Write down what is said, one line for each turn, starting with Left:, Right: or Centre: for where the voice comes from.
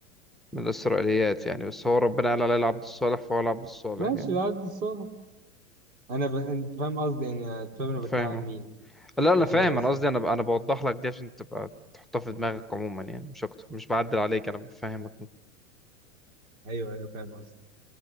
Centre: من الإسرائيليات يعني بس هو ربنا قال عليه العبد الصالح فهو العبد الصالح
Right: ماشي
Centre: يعني
Right: بعد الصورة أنا ب... أنت فاهم قصدي يعني أنت فاهم أنا بتكلم
Centre: فاهمه
Right: عن مين؟
Centre: لا أنا
Right: أشغال
Centre: فاهم
Right: آسف
Centre: أنا قصدي أنا أنا بوضح لك دي عشان تبقى تحطها في دماغك عموما يعني مش أكتر مش بعدل عليك أنا بفهمك
Right: أيوه أيوه فاهم قصدي